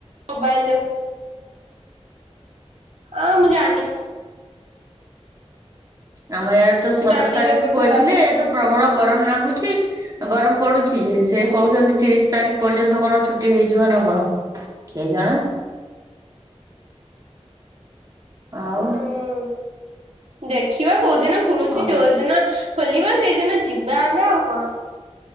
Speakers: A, on the right; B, on the right.
A: ମୋବାଇଲ ଦେ ଆଁ ମୁଁ ଜାଣିନି?
B: ଆମ ୟ୍ୟାଦେ ତ
A: ମୁଁ
B: ସତର
A: ଜାଣିନି
B: ତାରିଖ
A: କେବେ
B: କ କହିଥିଲେ
A: ଖୋଲା ହବ
B: ଏ ତ ପ୍ରବଳ ଗରମ ଲାଗୁଛି। ଗରମ ପଡୁଛି ଯେ ସେ କହୁଛନ୍ତି ତିରିଶ ତାରିଖ ପର୍ଯ୍ୟନ୍ତ କଣ ଛୁଟି ହେଇଯିବ ନା କଣ? କେ ଜଣା?
A: <inaudible>
B: ଆଉ
A: ହୁଁ ଦେଖିବା କୋଉଦିନ ଖୁଲୁଛି
B: ଅ
A: ଯୋଉଦିନ ଖୋଲିବା ସେଇଦିନ ଯିବା ଆମେ ଆଉ କଣ?